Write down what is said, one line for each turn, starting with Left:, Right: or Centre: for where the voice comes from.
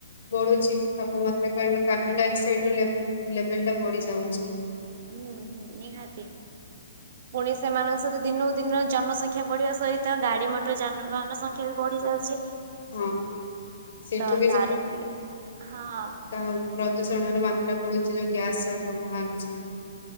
Left: ବଢ଼ୁଛି ତାପମାତ୍ରା କାରଣ କାର୍ବନ ଡାଇଅକ୍ସାଇଡ଼ ର ଲେ ଲେବେଲ୍ ଟା ବଢ଼ି ଯାଉଚି।
Right: ହୁଁ ହୁଁ ନିହାତି। ପୁଣି ସେମାନଙ୍କ ସହିତ ଦିନକୁ ଦିନ ଜନସଂଖ୍ୟା ବଢ଼ିବା ସହିତ ଗାଡ଼ି ମଟର ଯାନ ବାହାନ ସଂଖ୍ୟା ବି ବଢ଼ି ଯାଉଛି।
Left: ହଁ ସେଇଠୁ
Right: ତ ତାର ବିି ହଁ।
Left: ତ ପ୍ରଦୂଷଣର ମାତ୍ରା ବଳୁଚି ଯୋଉ ଗ୍ୟାସ୍ <unintelligible> ଆଣୁଚି।